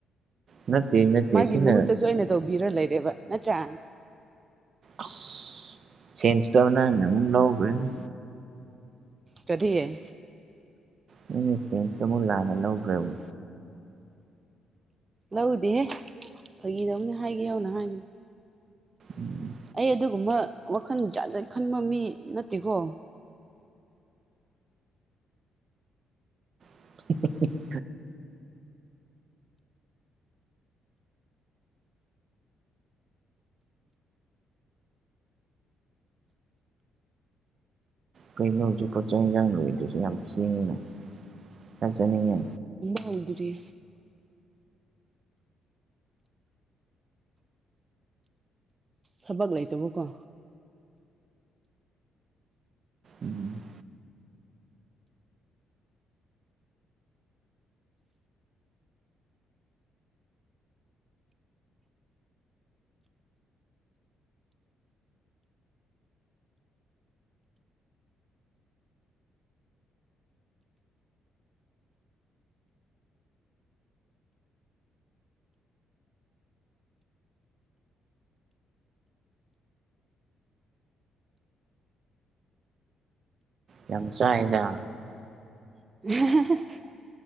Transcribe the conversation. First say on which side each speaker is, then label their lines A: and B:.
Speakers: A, on the right; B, on the right.
A: ꯅꯠꯇꯦ ꯅꯠꯇꯦ
B: ꯃꯥꯒꯤ
A: ꯁꯤꯅ
B: ꯃꯍꯨꯠꯇꯁꯨ ꯑꯩꯅ ꯇꯧꯕꯤꯔ ꯂꯩꯔꯦꯕ ꯅꯠꯇ꯭ꯔꯥ꯫
A: ꯑꯁ ꯁꯦꯟꯁ ꯇꯣ ꯅꯪꯅ ꯑꯃꯨꯛ ꯂꯧꯒ꯭ꯔꯦꯅꯦ꯫
B: ꯀꯔꯤ꯫
A: ꯅꯪꯗꯤ ꯁꯦꯟꯁꯇꯣ ꯑꯃꯨꯛ ꯂꯥꯟꯅ ꯂꯧꯈ꯭ꯔꯦꯕ꯫
B: ꯂꯧꯗꯦꯍꯦ ꯐꯒꯤ ꯇꯧꯕꯅꯦ ꯍꯥꯏꯒꯦ ꯌꯧꯅ ꯍꯥꯏꯕꯅꯦ꯫
A: ꯎꯝ꯫
B: ꯑꯩ ꯑꯗꯨꯒꯨꯝꯕ ꯋꯥꯈꯟ ꯖꯥꯠ-ꯖꯥꯠ ꯈꯟꯕ ꯃꯤ ꯅꯠꯇꯦꯀꯣ꯫
A: <unintelligible> ꯀꯩꯩꯅꯣ ꯍꯧꯖꯤꯛ ꯐꯥꯎ ꯆꯥꯛ ꯏꯟꯖꯥꯡ ꯂꯣꯏꯗ꯭ꯔꯤꯁꯦ ꯌꯥꯝ ꯊꯦꯡꯉꯤꯅ ꯆꯛ ꯆꯥꯅꯤꯡꯉꯦ꯫
B: ꯍꯥꯎꯗ꯭ꯔꯤ꯫ ꯊꯕꯛ ꯂꯩꯇꯕꯀꯣ꯫
A: ꯎꯝ꯫ ꯌꯥꯝ ꯆꯥꯏꯌꯦꯗ꯫
B: <unintelligible>